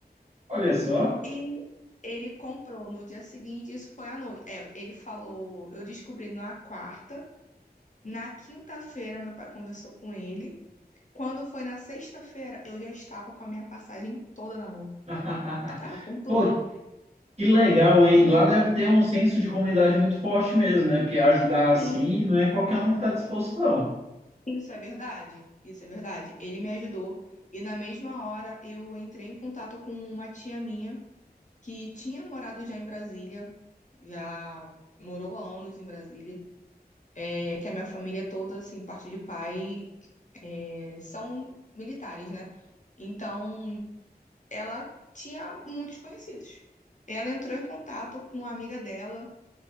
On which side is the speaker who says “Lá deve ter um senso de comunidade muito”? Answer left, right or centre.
Right